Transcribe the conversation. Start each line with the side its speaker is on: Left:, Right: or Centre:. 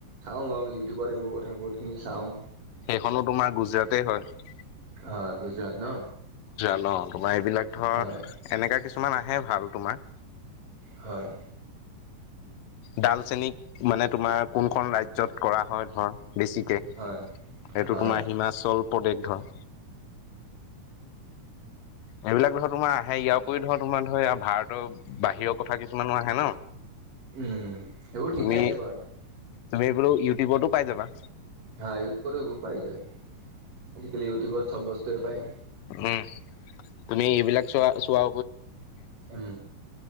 Right: চাওঁ আৰু ইউটিউবত এই বুত সেই বহুতখিনি চাওঁ।
Left: খনো তোমাৰ গুজৰাট হয়।
Right: অ গুজৰাট ন।
Left: ন তোমাৰ এইবিলাক ধৰ
Right: হয়
Left: এনেকা কিছুমান আহে ভাল তোমাৰ
Right: হয়
Left: ডালচেনী মানে তোমাৰ কোনখন ৰাজ্যত কৰা হয় ধৰা বেছিকৈ এইটো
Right: হয় হয়
Left: তোমাৰ হিমাচল প্ৰদেশ ধৰা এইবিলাক ধৰ তোমাৰ আহে ইয়াৰ উপৰি ধৰ তোমাৰ ধৰ ভাৰতৰ বাহিৰৰ কথা কিছুমানো আহে ন।
Right: উম সেইবোৰ ঠিকেই
Left: তুমি
Right: আছে বাৰু তে
Left: তুমি এইবোৰো ইউটিউবতো পাই যাবা।
Right: হা এই উপ উপাই যায়। আজিকালি ইউটিউবত চব বস্তুৱে পায়।
Left: উম তুমি এইবিলাক চোৱা চোৱা।
Right: উ